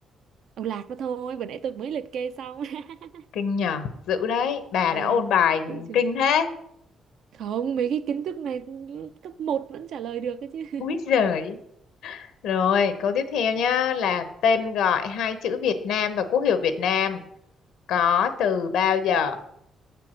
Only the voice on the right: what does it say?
ông lạc đó thôi vừa nãy tôi mới liệt kê xong <laughs>
yeah
dữ chưa
không mấy cái kiến thức này cấp một vẫn trả lời được ấy chứ <laughs>